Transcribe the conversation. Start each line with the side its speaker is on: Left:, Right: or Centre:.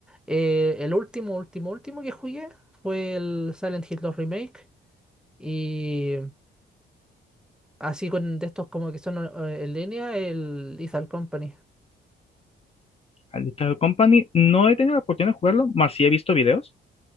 Centre: Eh, el último, último, último que jugué fue el Silent Hill dos Remake y así con de estos como que son eh, en línea, el Lethal Company.
Left: Al Little Company, no he tenido la oportunidad de jugarlo, más sí he visto videos